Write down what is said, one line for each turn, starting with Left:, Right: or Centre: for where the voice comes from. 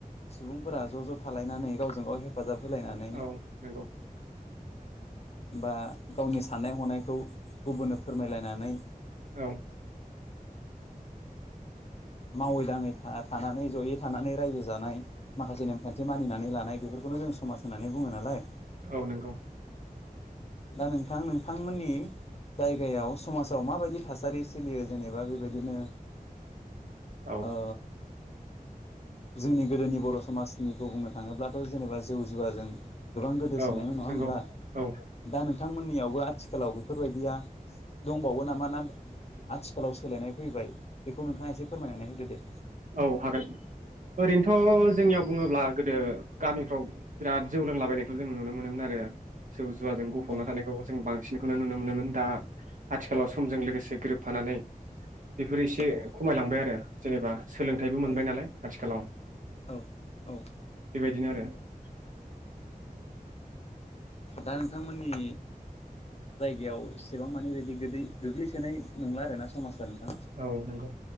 Left: सुबुंफोरा ज' ज' थालायनानै गावजों गाव हेफाजाब होलायनानै
Right: औ नंगौ।
Left: बा गावनि साननाय हनायखौ गुबुननो फोरमायलायनानै
Right: औ
Left: मावै दाङै थानानै जयै थानानै रायजो जानाय माखासे नेमखान्थि मानिनानै लानाय बेफोरखौ खौनो जों समाज होननानै बुङो नालाय
Right: औ नंगौ।
Left: दा नोंथां नोंथांमोननि जायगायाव समाजाव माबायदि थासारि सोलियो जेनेबा बेबायदिनो
Right: औ
Left: ओ जोंनि गोदोनि बर' समाजनिखौ बुंनो थाङोब्लाथ' जेनेबा जौ जुवाजों गोबां गोदोसोनायमोन
Right: औ
Left: नङा
Right: नंगौ
Left: होमब्ला।
Right: औ
Left: दा नोंथांमोननियाव आथिखालाव बेफोरबायदिया दंबावो नामा ना आथिखालाव सोलायनाय फैबाय बेखौ नोंथाङा एसे फोरमायनानै होदो ।
Right: औ हागोन ओरैनोथ' जोंनियाव बुङोब्ला गोदो गामिफ्राव बिराद जौ लोंलाबायनायखौ जों नुनो मोनोमोन आरो । जौ जुवाजों गफबना
Left: औ
Right: थानायखौ जों बांसिनखौनो नुनो मोनो । दा आथिखालाव समजों लोगोसे गोरोबफानानै बेफोर एसे
Left: औ
Right: खमायलांबाय आरो जेनेबा सोलोंथाइबो
Left: औ
Right: मोनबाय नालाय आथिखालाव ।
Left: औ औ
Right: बेबायदिनो आरो ।
Left: दा नोंथांमोननि जायगायाव एसेबां मानि बिदि गोदै गोग्लैसोनाय नंला आरोना समाजआ नोंथां ।
Right: औ नंगौ